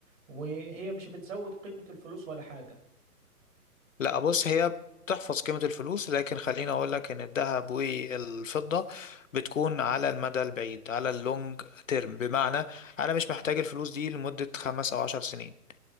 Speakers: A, on the right (about 55°); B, on the left (about 55°).
A: وهي مش بتزود قيمة الفلوس ولا حاجة
B: لا بص هي بتحفظ قيمة الفلوس لكن خليني أقول لك إن الذهب والفضة بتكون على المدى البعيد على اللونج تيرم بمعنى أنا مش محتاج الفلوس دي لمدة خمس أو عشر سنين